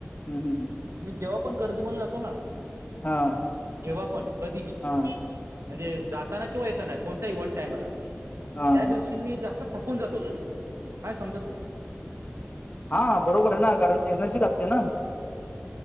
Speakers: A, on the left; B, on the right.
A: हं, हं.
B: मी जेव्हा पण गर्दी मधे जातो ना
A: हां,
B: जेव्हा पण, कधीही
A: हां,
B: म्हणजे जाताना किंवा येताना कोणत्याही वन टायमाला.
A: हां.
B: त्या दिवशी मी जास्त थक कुन जातो घरी काय समजत नाही.
A: हा बरोबर आए ना. कारण एनर्शी लागते ना.